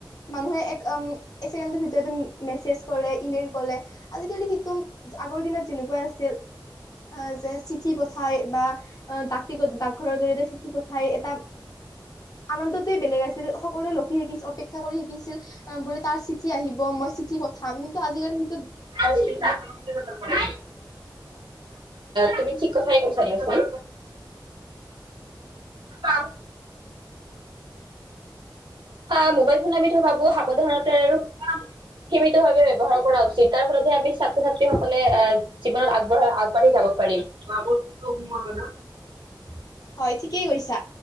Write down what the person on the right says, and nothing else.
হয় তুমি ঠিক কথাই কৈছা দিয়া চোন। প <unintelligible> হা মোবাইল ফোন আমি ধো ভাবো সাৱধানতাৰ আৰু সীমিত ভাৱে ব্যয়ৱহাৰ কৰা উচিত। তাৰ ফলতহে আমি ছাত্ৰ ছাত্ৰী সকলে আহ জীৱনত আগবঢ় আগবাঢ়ি যাব পাৰিম